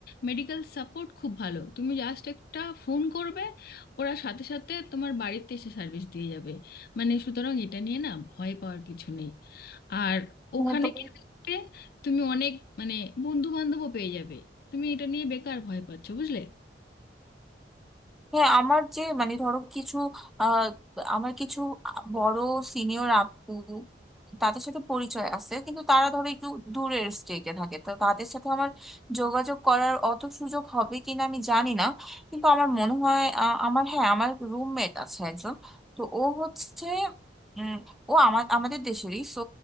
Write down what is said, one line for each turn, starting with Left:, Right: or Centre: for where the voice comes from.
Left: মেডিকেল সাপোর্ট খুব ভালো তুমি জাস্ট একটা ফোন করবে ওরা সাথে সাথে তোমার বাড়িতে এসে সার্ভিস দিয়ে যাবে মানে সুতরাং এটা নিয়ে না ভয় পাওয়ার কিছু নেই আর ওখানে
Centre: হ্যাঁ, তো
Left: গিয়ে দেখবে তুমি অনেক মানে বন্ধু বান্ধবও পেয়ে যাবে তুমি এটা নিয়ে বেকার ভয় পাচ্ছো বুঝলে
Centre: হ্যাঁ আমার যে মানে ধরো কিছু আহ আমার কিছু বড় সিনিয়র আপু তাদের সাথে পরিচয় আছে কিন্তু তারা ধরো একটু দূরের স্টেটে থাকে তো তাদের সাথে আমার যোগাযোগ করার অত সুযোগ হবে কিনা আমি জানি না কিন্তু আমার মনে হয় আহ, আমার হ্যাঁ আমার রুমমেট আছে একজন তো ও হচ্ছে উম ও আমার আমাদের দেশেরই সো